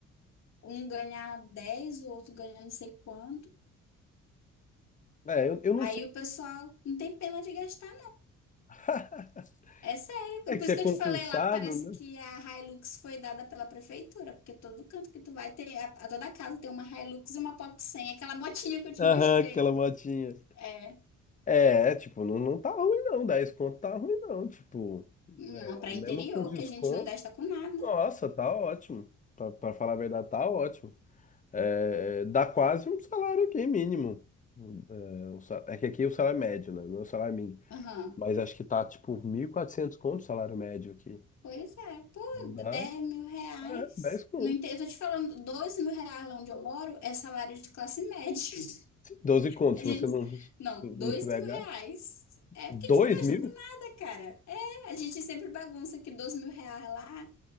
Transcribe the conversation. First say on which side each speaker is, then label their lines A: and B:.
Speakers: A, on the left; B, on the left.
A: um ganha dez o outro ganha não sei quanto.
B: É, eu, eu não
A: Aí
B: sei.
A: o pessoal não tem pena de gastar.
B: <laughs>
A: É sério,
B: É
A: por
B: que você
A: isso
B: é
A: que
B: concursado,
A: eu te falei lá, parece
B: né?
A: que a Hilux foi dada pela prefeitura, porque todo canto que tu vai ter, a, a toda casa tem uma Hilux e uma Pop 100, aquela motinha que eu te
B: Aham,
A: mostrei.
B: aquela motinha.
A: É,
B: É, tipo, não, não tá ruim não, 10 conto tá ruim não, tipo,
A: não,
B: é,
A: para
B: mesmo
A: interior,
B: com desconto,
A: que a gente não gasta com nada.
B: nossa, tá ótimo, pra, pra falar a verdade, tá ótimo, é, é, dá quase um salário aqui mínimo, é, o sa- é que aqui o salário é médio, né, não é o salário mínimo,
A: Aham.
B: mas acho que tá, tipo, 1.400 conto o salário médio aqui,
A: Pois é, pô,
B: Então dá,
A: 10 mil reais.
B: é, 10 conto,
A: No inte- eu tô te falando, 12 mil reais lá onde eu moro é salário de classe média. <laughs>
B: 12 conto,
A: A
B: se
A: gente,
B: você não, se
A: não,
B: não
A: 2
B: tiver
A: mil
B: gasto,
A: reais. É
B: dois
A: porque a gente não gasta
B: mil,
A: com nada, cara. É, a gente sempre bagunça que 12 mil reais lá.